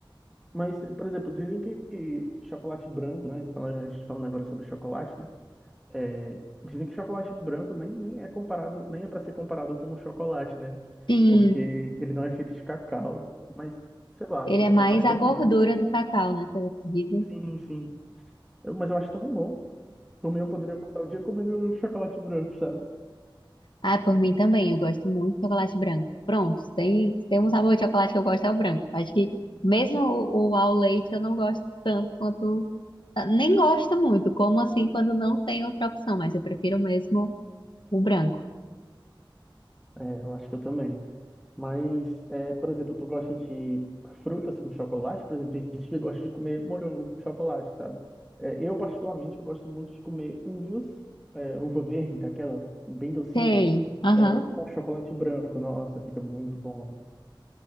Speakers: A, in the centre; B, on the left.
A: Mas, por exemplo, dizem que, que chocolate branco, né? fala- A gente falando agora sobre chocolate, né? é, dizem que chocolate branco nem, nem é comparado, nem é para ser comparado como chocolate, né?
B: Sim,
A: Porque ele não é feito de cacau. Mas, sei lá,
B: ele é mais
A: eu acho
B: a
A: tão
B: gordura
A: bom.
B: do cacau, né? Pelo que dizem.
A: Sim, sim. Eu- mas eu acho tão bom. Por mim, eu poderia passar o dia comendo chocolate branco, sabe?
B: Ah, por mim também. Eu gosto muito de chocolate branco. Pronto, se tem, se tem um sabor de chocolate que eu gosto é o branco. Acho que mesmo o, o ao leite eu não gosto tanto quanto. ah, Nem gosto muito, como assim quando não tem outra opção, mas eu prefiro mesmo o branco.
A: É, eu acho que eu também. Mas, é, por exemplo, tu gosta de frutas com chocolate? Por exemplo, tem gente que gosta de comer morango com chocolate, sabe? É, eu, particularmente, eu gosto muito de comer uvas, é, uva verde, daquela bem docinha,
B: Sei. Aham.
A: é, com chocolate branco. Nossa, fica muito bom.